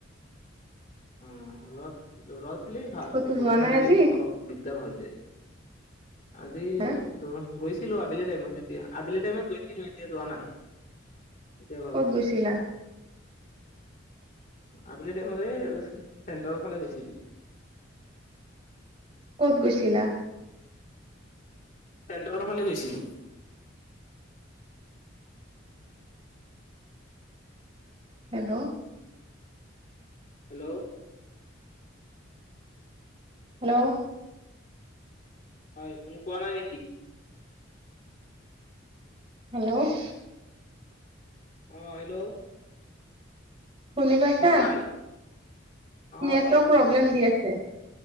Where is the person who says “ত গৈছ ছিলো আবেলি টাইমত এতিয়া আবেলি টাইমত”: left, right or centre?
Left